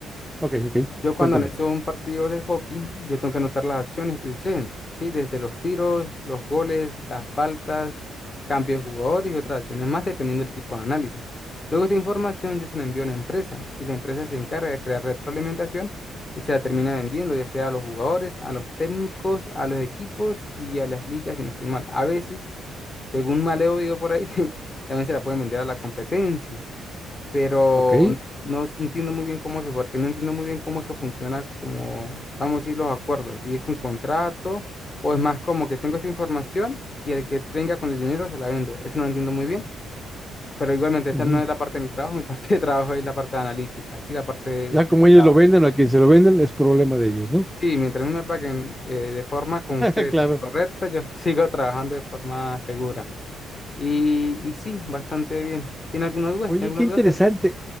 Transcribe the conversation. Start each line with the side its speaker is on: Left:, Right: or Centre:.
Centre: Ok, ok.
Left: Yo
Centre: Cuéntame.
Left: cuando analizo un partido de hockey, yo tengo que anotar las acciones que suceden, ¿sí? Desde los tiros, los goles, las faltas, cambios de jugadores y otras acciones más, dependiendo del tipo de análisis. Luego esta información yo se la envío a la empresa y la empresa se encarga de crear retroalimentación y se la termina vendiendo, ya sea a los jugadores, a los técnicos, a los equipos y a las ligas, si no estoy mal. A veces, según mal he oído por ahí, <laughs> también se la pueden vender a la competencia pero
Centre: Ok.
Left: n- no s- entiendo muy bien cómo eso, porque no entiendo muy bien cómo es que funciona, como, vamos a decir, los acuerdos, si es con contrato o es más como que tengo esta información y el que venga con el dinero se la vendo. Eso no lo entiendo muy bien, pero igualmente esa
Centre: ujú.
Left: no es la parte de mi trabajo, <laughs> mi parte de trabajo es la parte analítica, sí, la parte de,
Centre: Ya
Left: de etiquetado.
Centre: como ellos lo venden o a quien se lo venden es problema de ellos, ¿no?
Left: Sí, mientras a mí me paguen eh, de forma concreta
Centre: <laughs> Claro.
Left: y correcta, yo <laughs> sigo trabajando de forma segura. Y, y sí, bastante bien. ¿Tiene alguna duda?
Centre: Oye,
Left: Si tiene alguna
Centre: qué interesante.
Left: duda,